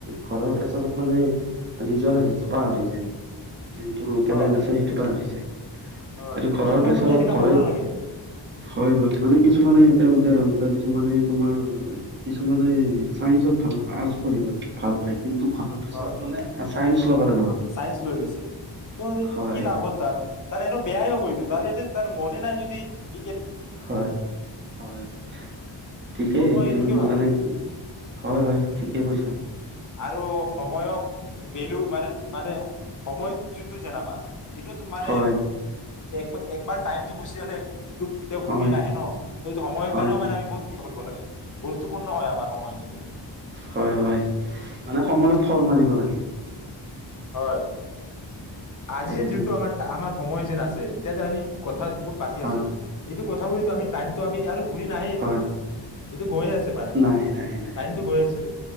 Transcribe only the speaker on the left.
হয়
হয়
ত মোৰ
মতে এনেকা
হ'ব নালাগে
হয়
চ ল লৈছে ত
কি লাভ হ'ল তাৰ ত এনে বেয়া <unintelligible> হবটো ত যয়াতে তাৰ মনে নাই যদি <unintelligible>
ত' মই
এইটোকে ভাবো
আৰু সময়ক বেলু মানে মানে সময়ত যোনটো যেন মাৰ এটো মানে
এক একবাৰ াইমটো গুচি গলে <unintelligible> এইটো কেতিয়াও
ঘূৰি নাহে ন ত এইটো সময়ৰ
কাৰণে
মানে আমি বহুত কিবা কৰিব লাগে <unintelligible> গুৰুত্বপূৰ্ণ হয় আমাৰ সময়টো
হয় আজি
যে যোনটো আাৰ আমাৰ সময় যেন আছে এতিয়া যে আমি কথ বোৰ পাতি
আছো এইটো কথাবিতো আমি টাইমটো আমি আৰু ঘূৰি নাহে এইটো
এইটো গৈয়ে আছে
টাইমটো গৈ আছে